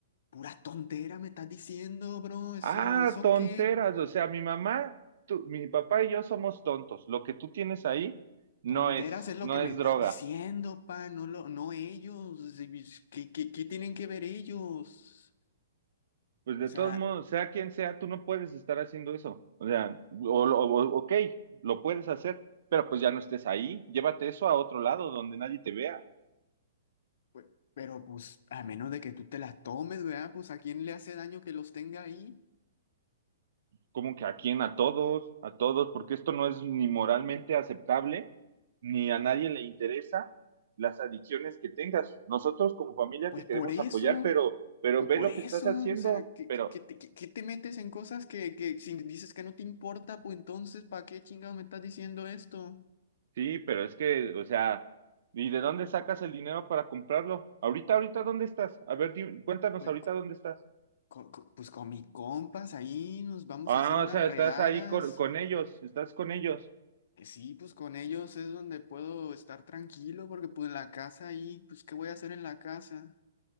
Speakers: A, on the left; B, on the right.
A: puras tonteras, me estás diciendo, bro, eso,
B: Ah,
A: eso
B: tonteras,
A: qué.
B: o sea, mi mamá, tú- mi papá y yo somos tontos. Lo que tú tienes ahí no
A: Tonteras
B: es,
A: es lo
B: no
A: que me
B: es
A: estás
B: droga.
A: diciendo, pa, no lo, no ellos. ¿Qué, qué, qué tienen que ver ellos?
B: Pues de
A: O sea,
B: todos modos, sea quien sea, tú no puedes estar haciendo eso. O sea, o, lo- o- ok, lo puedes hacer, pero pues ya no estés ahí. Llévate eso a otro lado donde nadie te vea.
A: pe- pero pues a menos de que tú te las tomes, ¿verdad? Pues a quién le hace daño que los tenga ahí.
B: como que a quién, a todos, a todos, porque esto no es ni moralmente aceptable, ni a nadie le interesa las adicciones que tengas. Nosotros como familia
A: Pues
B: te
A: por
B: queremos
A: eso,
B: apoyar, pero, pero
A: pues
B: ve
A: por
B: lo
A: eso,
B: que estás haciendo,
A: o sea, ¿qué,
B: pero
A: qué- qué te qué- qué te metes en cosas que, que si dices que no te importa, pues entonces, ¿para qué chingados me estás diciendo esto?
B: sí, pero es que, o sea, ¿y de dónde sacas el dinero para comprarlo? Ahorita, ahorita, ¿dónde estás? A ver, di- cuéntanos
A: Pues,
B: ahorita
A: co-
B: dónde estás.
A: co- co- pues con mis compas ahí nos vamos
B: Ah,
A: a hacer unas
B: o sea,
A: redadas.
B: estás ahí con, con ellos, estás con ellos.
A: Eh, Sí, pues con ellos es donde puedo estar tranquilo, porque pues en la casa ahí, pues ¿qué voy a hacer en la casa?